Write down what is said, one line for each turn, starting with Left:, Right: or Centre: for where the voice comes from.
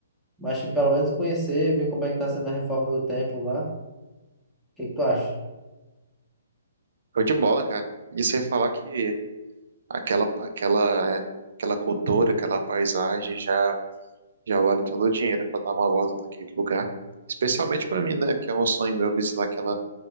Centre: mas tipo, pelo menos conhecer, ver como é que tá sendo a reforma do templo lá. O que que tu acha?
Right: Foi de bola, cara. E você falar que Aquela, aquela, aquela cultura, aquela paisagem já, já vale todo o dinheiro para dar uma volta naquele lugar. Especialmente para mim, né? Que é um sonho meu visitar aquela,